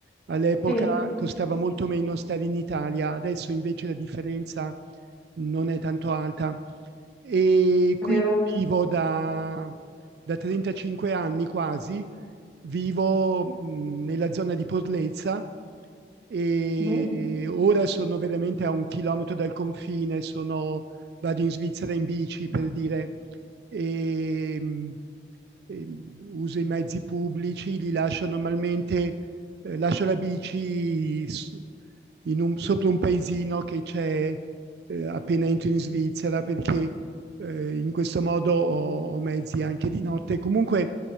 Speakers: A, on the right (about 65°); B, in the centre.
A: All'epoca
B: Sì, è
A: costava molto meno stare in Italia, adesso invece la differenza non è tanto alta. E quindi
B: vero.
A: vivo da da 35 anni quasi, vivo, mhmm, nella zona di Porlezza, ehm,
B: Mhm,
A: ora sono veramente a 1 chilometro dal confine, sono vado in Svizzera in bici per dire, ehm, ehm, uso i mezzi pubblici, li lascio normalmente eh, lascio la bici in un, sopra un paesino che c'è eh, appena entro in Svizzera perché eh, in questo modo ho, ho, mezzi anche di notte. Comunque